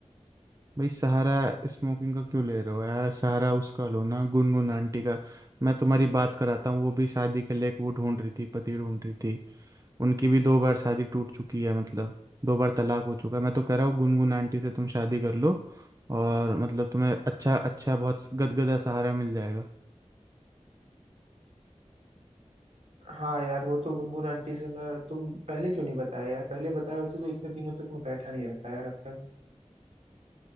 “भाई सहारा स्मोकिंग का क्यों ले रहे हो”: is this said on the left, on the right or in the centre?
Right